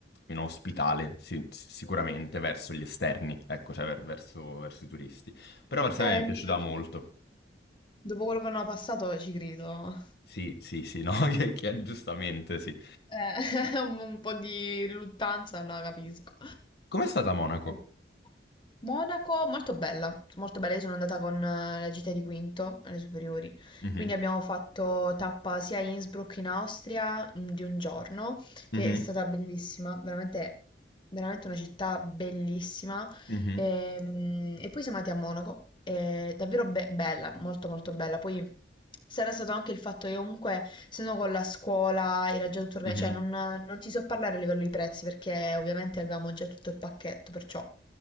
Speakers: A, on the left; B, on the left.
A: meno ospitale, sì, sicuramente
B: Mm.
A: verso gli esterni, ecco, cioè ver- verso verso i turisti. Però per sé mi
B: Eh,
A: è
B: immagino.
A: piaciuta molto.
B: Dopo quello che hanno passato ci credo.
A: Sì, sì, sì, no,
B: Eh,
A: <laughs> che, che- giustamente, sì.
B: <laughs> un un po' di riluttanza la capisco.
A: Com'è stata a Monaco?
B: Eh, Monaco, molto bella, molto bella. Io sono andata con eh, la gita di quinto alle superiori,
A: Mhm,
B: quindi abbiamo fatto tappa sia a Innsbruck in Austria mm, di un giorno,
A: mhm,
B: che è stata bellissima, veramente, veramente una città bellissima.
A: mhm,
B: E, mm, e poi siamo andati a Monaco, è davvero be- bella, molto molto bella. Poi sarà stato anche il fatto che comunque, se no con la scuola era già tutto organizzato,
A: mhm,
B: cioè non, non ti so parlare a livello di prezzi perché ovviamente avevamo già tutto il pacchetto, perciò